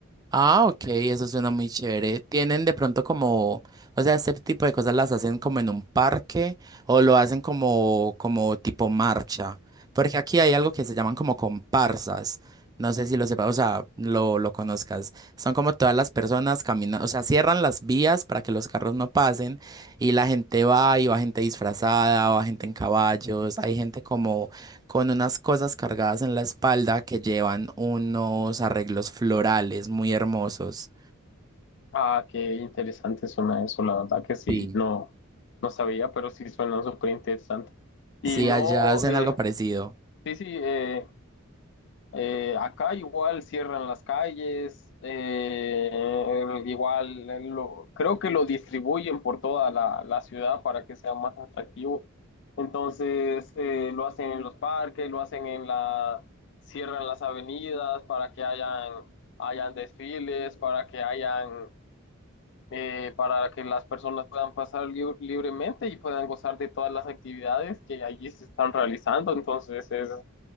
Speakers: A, on the right (about 20°); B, on the left (about 60°).
A: Ah, ok, eso suena muy chévere. Tienen de pronto como, o sea, este tipo de cosas las hacen como en un parque o lo hacen como, como tipo marcha. Porque aquí hay algo que se llaman como comparsas. No sé si lo sepas, o sea, lo, lo conozcas. Son como todas las personas caminando, o sea, cierran las vías para que los carros no pasen y la gente va y va gente disfrazada, va gente en caballos, hay gente con unas cosas cargadas en la espalda que llevan unos arreglos florales muy hermosos.
B: Ah, qué interesante suena eso, la verdad que sí,
A: Sí.
B: no, no sabía, pero sí suena súper interesante. Y
A: sí
B: no,
A: allá hacen
B: eh,
A: algo parecido.
B: sí, sí, eh, Eh, acá igual cierran las calles, eh, igual eh, lo- creo que lo distribuyen por toda la, la ciudad para que sea más atractivo. Entonces eh, lo hacen en los parques, lo hacen en la, cierran las avenidas para que hayan, hayan desfiles, para que hayan, eh, para que las personas puedan pasar lib- libremente y puedan gozar de todas las actividades que allí se están realizando. Entonces es